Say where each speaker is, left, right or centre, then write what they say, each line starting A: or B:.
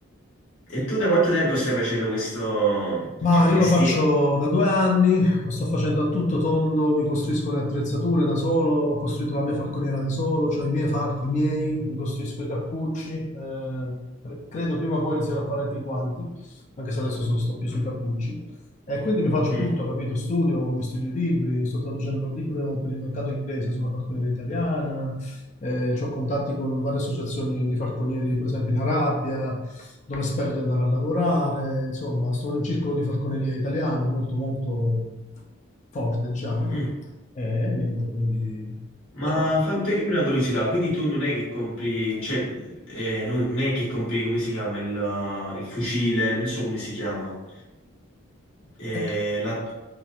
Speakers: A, on the left; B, on the left.
A: E tu da quanto tempo stai facendo questo,
B: Ma
A: cioè, un
B: io
A: mestiere?
B: lo faccio da due anni, lo sto facendo a tutto tondo, mi costruisco le attrezzature da solo, ho costruito la mia falconiera da solo, cioè i miei falchi miei, mi costruisco i cappucci, eh, pre- credo prima o poi inizierò a fare anche i guanti, anche se adesso so- sto più sui cappucci. E quindi mi faccio
A: Mm,
B: tutto, capito? Studio, mi studio i libri, sto traducendo il libro per il mercato inglese sulla falconiera italiana, eh, ho contatti con varie associazioni di falconieri, per esempio in Arabia, dove spero di andare a lavorare, insomma, sono in un circolo di falconeria italiano molto molto forte, diciamo,
A: mm.
B: e niente, quindi
A: Ma
B: diciamo,
A: fammi togliermi una curiosità, quindi tu non è che compri, cioè, eh, non non è che compri, come si chiama, il, uh, il fucile, non so come si chiama, Eh,
B: ecco,
A: la,